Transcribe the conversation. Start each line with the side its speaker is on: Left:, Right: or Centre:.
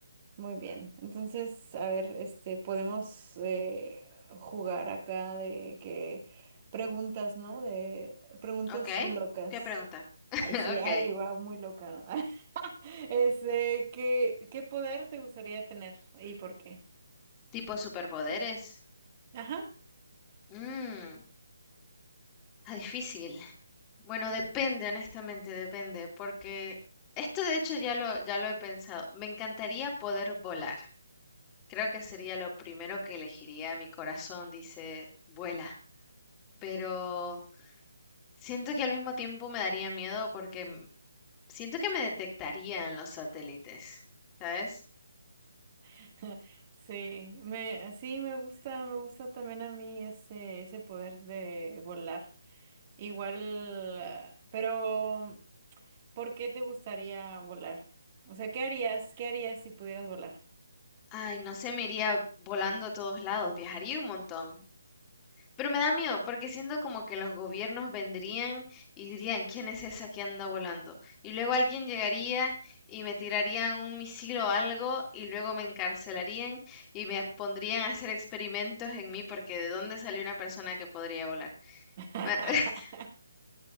Right: Muy bien. Entonces, a ver, este, podemos eh, jugar acá de que preguntas, ¿no? De preguntas
Left: ¿Ok?
Right: locas.
Left: ¿Qué pregunta? <laughs>
Right: Ay, sí,
Left: Ok.
Right: ay, va, muy loca, ¿no? <laughs> Este, ¿qué, qué poder te gustaría tener y por qué?
Left: ¿Tipo superpoderes?
Right: Ajá.
Left: Mm. Ah, difícil. Bueno, depende, honestamente, depende, porque esto de hecho ya lo, ya lo he pensado. Me encantaría poder volar. Creo que sería lo primero que elegiría. Mi corazón dice, vuela. Pero siento que al mismo tiempo me daría miedo porque m- siento que me detectarían los satélites, ¿sabes?
Right: <laughs> Sí, me, sí, me gusta, me gusta también a mí ese, ese poder de volar. Igual, ah, pero ¿por qué te gustaría volar? O sea, ¿qué harías? ¿Qué harías si pudieras volar?
Left: Ay, no sé, me iría volando a todos lados, viajaría un montón. Pero me da miedo porque siento como que los gobiernos vendrían y dirían, ¿quién es esa que anda volando? Y luego alguien llegaría y me tirarían un misil o algo y luego me encarcelarían y me pondrían a hacer experimentos en mí porque ¿de dónde salió una persona que podría volar?
Right: <laughs>
Left: Ma- <laughs>